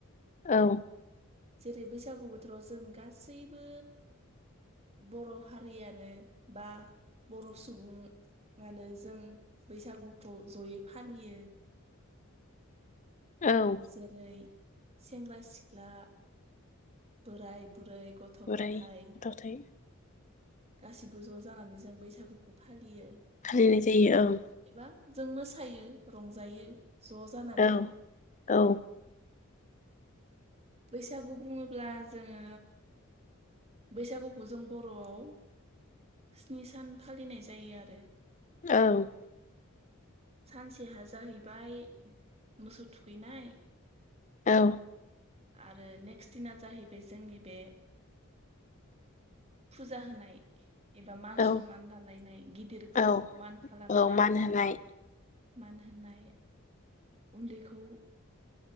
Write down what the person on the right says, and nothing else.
जेरै बैसागु बोथोराव जों गासैबो बर'हारियानो बा बर' सुबुङानो जों बैसागुखौ जयै फालियो।
जेरै- सेंग्रा, सिख्ला बोराय बुरै गथ'गथाइ
गासिबो ज जानानै जों बैसागुखौ फालियो।
बा जों मोसायो रंजायो। ज'जानानै
बैसागु बुङोब्ला जोङो बैसागुखौ जों बरआव स्नि सान फालिनाय जायो आरो।
सानसेहा जाहैबाय मोसौ थुखैनाय
आरो नेक्स दिना जाहैबाय जोंनि बे फुजा होनाय। एबा मान
सनमान लालायनाय गिदिरखौ
मान खालामनाय
मान होनोनाय उन्दै खौ